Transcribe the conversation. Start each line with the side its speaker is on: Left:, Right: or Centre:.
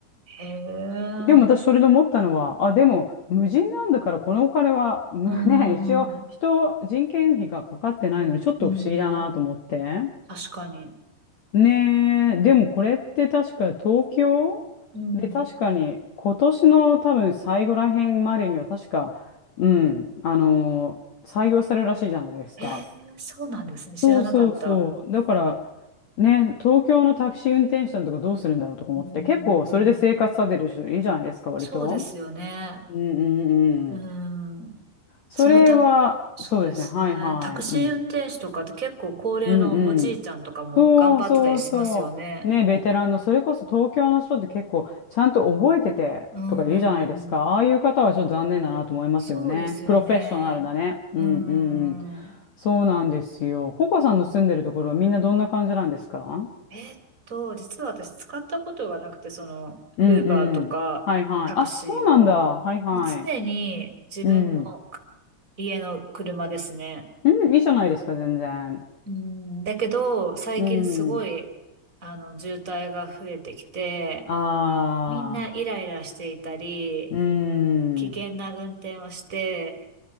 Right: へえ。
Left: でも私それで思ったのは、あ、でも無人なんだからこのお金は、<laughs> むね、
Right: うんうんうん。
Left: 一応人、人件費がかかってないのにちょっと不思議だなと思って。
Right: うん。確かに。
Left: ねえ、でもこれって確か東京
Right: うん。
Left: で確かに今年の多分最後らへんまでには確か、うん、あのー採用されるらしいじゃないですか。
Right: へえ、そうなんですね。知らなかった。
Left: そうそうそう。だから、ね、東京のタクシー運転手さんとかどうするんだろうとか思って、
Right: うんうんうん。
Left: 結構それで生活されてる人いるじゃないですか、割と。
Right: そうですよね。
Left: うんう
Right: う
Left: んうん。
Right: ん。
Left: それは、
Right: そのた、そうですね。
Left: そうですね。はいはい。
Right: タクシー運転手とかって結構高齢のおじいちゃんとかも頑張ってたりしますよね。
Left: うん。うんうん。そうそうそう。ね、ベテランの、それこそ東京の人って結構、ちゃんと覚えててとか言うじゃないですか。
Right: うんうん。
Left: ああいう方はちょっと残念だなと思いますよね。
Right: そうですよね。
Left: プロフェッショナルだね。うんうんうん。
Right: うんうんうん。
Left: そうなんですよ。ココさんの住んでるところはみんなどんな感じなんですか
Right: えーっと、実は私使ったことがなくて、その、
Left: うんうん。
Right: ウーバーとかタクシーを。
Left: はいはい。あ、そうなんだ。はいはい。
Right: もう常に自分の
Left: うん。
Right: 家の車ですね。
Left: うん、いいじゃないですか、全然。
Right: うん、だけど、最近すごい、
Left: うん。
Right: あの、渋滞が増えてきて、
Left: ああ。
Right: みんなイライラしていたり、
Left: うー
Right: 危険な運転をして、
Left: ん。